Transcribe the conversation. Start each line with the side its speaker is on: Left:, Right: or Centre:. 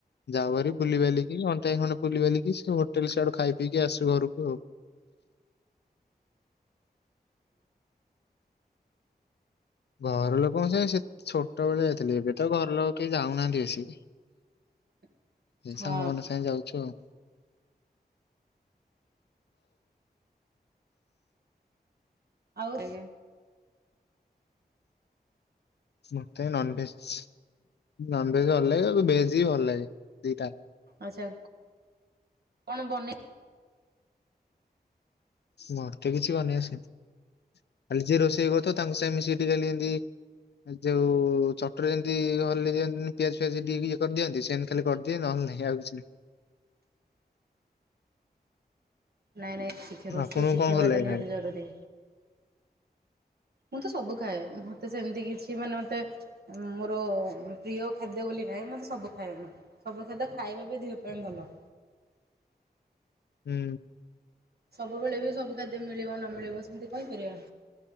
Left: ଯାଉଭାରି ବୁଲିିବାଲିକି ଘଣ୍ଟାଏ ଖଣ୍ଡେ ବୁଲି ବାଲିକି ସେହୋଟେଲ୍ ସେଆଡ଼େ ଖାଇ ପିକି ଆସୁ ଘରକୁ ଆଉ।
Right: <inaudible>
Left: ଘର ଲୋକ ସେଛୋଟବେଳେ ଯାଇଥିଲେ ଏବେତ ଘର ଲୋକ କେହି ଯାଉନାହାନ୍ତି ବେସି।
Right: <inaudible>
Left: ଏଇ
Right: ହଁ
Left: ସାଙ୍ଗ ମାନେ ସାଂଗେ ଯାଉଚୁ ଆଉ।
Right: ଆଉ ଆଜ୍ଞା।
Left: ମତେ ନନଭେଜ୍। ନନ ଭେଜ ଭଲ ଲାଗେ ଆଉ ଭେଜ ବି ଭଲ ଲାଗେ ଦିଟା
Right: ଆଛା କଣ ବନେଇ
Left: ମତେ କିଛି ଵନେଇ ଆସେନି ଖାଲି ଯିଏ ରୋଷେଇ କରୁଥିଵ ତାଙ୍କ ସାଙ୍ଗେ ମିଶିକି ଟିକିଏ ଖାଲି ଏମତି ଯୋଉ ଚଟୁରେ ଯେମିତି ର ହଲେଇ ଦିଅନ୍ ପିଆଜ ଫିଆଜ ଟିକେ ଦି ଇଏ କରିଦିଅନ୍ତି ସେମତି ଖାଲି କରିଦିଏ ନହେଲେ ନାହିଁ। ଇଏ ଆଉଛି
Right: ନାଇଁ ନାଇଁ ଶିଖ
Left: ନାହିଁ।
Right: ରୋଷେଇ
Left: ଆପଣଙ୍କୁ
Right: ସିଖିଵାଟା
Left: କଣ ଭଲ ଲାଗେ
Right: ନିହାତି
Left: ଖାଇବାକୁ?
Right: ଜରୁରୀ। ମୁଁ ତ ସବୁ ଖାଏ ମତେ ସେମିତି କିଛି ମାନେ ମତେ ମୋର ପ୍ରିୟ ଖାଦ୍ୟ ବୋଲି ନାହିଁ ମୁଁ ତେ ସବୁ ଖାଏ ମୁଁ। ସବୁ ଖାଦ୍ୟ ଖାଇବା ବି ଦେହ ପାଇଁ ଭଲ।
Left: ହୁଁ।
Right: ସବୁବେଳେ ବି ସବୁ ଖାଦ୍ୟ ମିଳିବ ନ ମିଳିବ ସେମିତି କହିପାରିବା।